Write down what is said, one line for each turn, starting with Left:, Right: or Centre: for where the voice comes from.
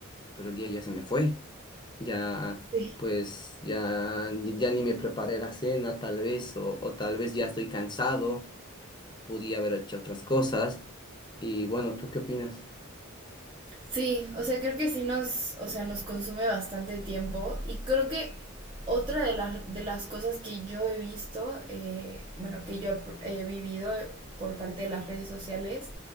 Left: pero el día ya se me fue. Ya,
Right: Sí.
Left: pues, ya, ya ni me preparé la cena, tal vez, o, o tal vez ya estoy cansado, podía haber hecho otras cosas. Y bueno, ¿tú qué opinas?
Right: Sí, o sea, creo que sí nos, o sea, nos consume bastante tiempo y creo que otra de las, de las cosas que yo he visto, eh, bueno, que yo he, he vivido por parte de las redes sociales,